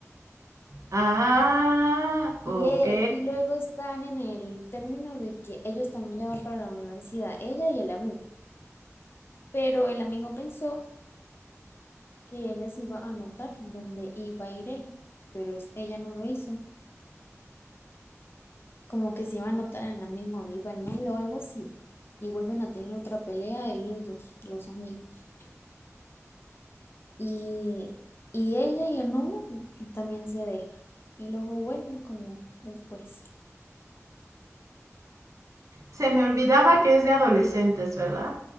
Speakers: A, on the right (about 80°); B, on the left (about 45°).
A: Ah, ok.
B: Y, eh, y luego están en el término de que ellos también ya van para la universidad, ella y el amigo. Pero el amigo pensó que ella se iba a anotar donde iba a ir él, pero es- ella no lo hizo. Como que se iba a anotar en la misma donde iba el novio o algo así. Y vuelven a tener otra pelea ellos dos, los amigos. Y, y ella y el novio también se dejan. Y luego vuelven como después.
A: Se me olvidaba que es de adolescentes, ¿verdad?